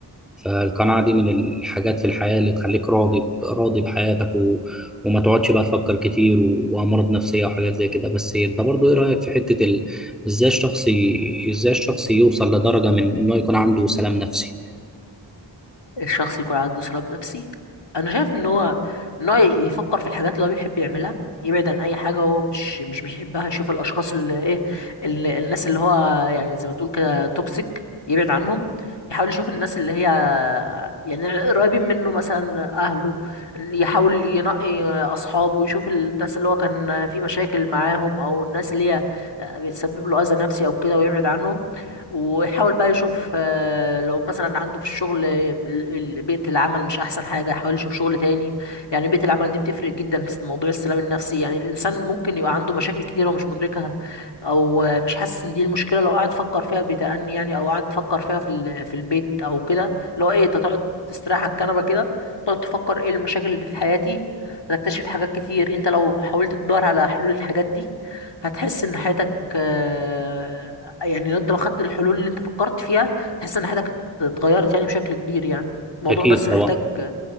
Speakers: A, in the centre; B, on the left.
A: فالقناعة دي من الحاجات في الحياة اللي تخليك راضي ب- راضي بحياتك و... وما تقعدش بقى تفكر كتير و... وأمراض نفسية وحاجات زي كده بس أنت برضو إيه رأيك في حتة ال... إزاي الشخص ي... إزاي الشخص يوصل لدرجة من إنه يكون عنده سلام نفسي
B: الشخص يكون عنده إسراف نفسي أنا شايف إن هو إن هو يفكر في الحاجات اللي هو بيحب يعملها يبعد عن أي حاجة هو مش مش بيحبها يشوف الأشخاص اللي إيه اللي الناس اللي هو يعني زي ما تقول كده توكسيك يبعد عنهم يحاول يشوف الناس اللي هي يعني قريبين منه مثلا أهله يحاول ينقي أصحابه يشوف الناس اللي هو كان في مشاكل معاهم أو الناس اللي هي بتسبب له أذى نفسي أو كده ويبعد عنهم ويحاول بقى يشوف آه، لو مثلا عنده في الشغل آه، ال- ال- بيئة العمل مش أحسن حاجة يحاول يشوف شغل تاني يعني بيئة العمل دي بتفرق جدا في موضوع السلام النفسي يعني الإنسان ممكن يبقى عنده مشاكل كتيرة ومش مدركها أو آه، مش حاسس إن دي المشكلة لو قعد فكر فيها بتأني يعني أو قعد فكر فيها في ال- في البيت أو كده اللي هو إيه أنت تقعد تستريح على الكنبة كده تقعد تفكر إيه المشاكل اللي في حياتي هتكتشف حاجات كتير أنت لو حاولت تدور على حلول الحاجات دي هتحس إن حياتك آه، يعني انت لو خدت الحلول اللي انت فكرت فيها تحس ان حياتك اتغيرت يعني بشكل كبير يعني الموضوع
A: أكيد
B: بس
A: طبعا
B: محتاج